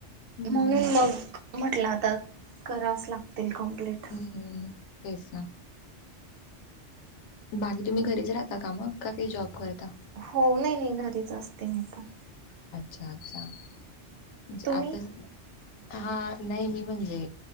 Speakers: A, on the left (about 80°); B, on the right (about 60°).
A: हम्म
B: म्हणून मग म्हटलं आता करास लागतील कमप्लीट
A: ह्म तेच ना बाकी तुम्ही घरीच राहता का मग का काही जॉब करता
B: हो नाही नाही घरीच असते मी पण
A: अच्छा अच्छा म्हे
B: तुम्ही
A: आता हा नाही मी म्हणजे